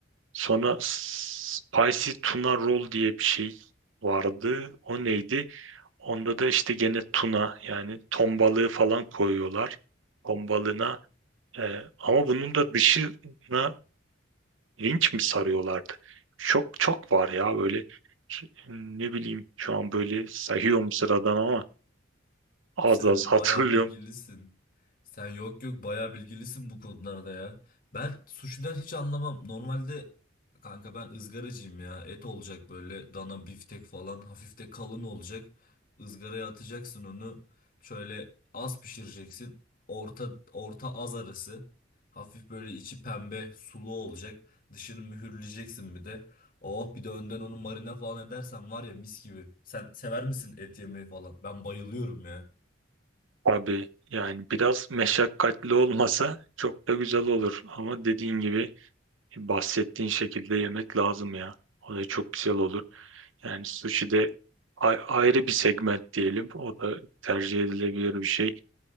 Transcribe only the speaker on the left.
Sen
bayağı bilgilisin. Sen yok yok bayağı bilgilisin bu konularda ya. Ben suşiden hiç anlamam. Normalde kanka ben ızgaracıyım ya. Et olacak böyle dana biftek falan hafif de kalın olacak. Izgaraya atacaksın onu. Şöyle az pişireceksin. Orta orta az arası. Hafif böyle içi pembe sulu olacak. Dışını mühürleyeceksin bir de. Oh bir de önden onu marine falan edersen var ya mis gibi. Sen sever misin et yemeyi falan? Ben bayılıyorum ya.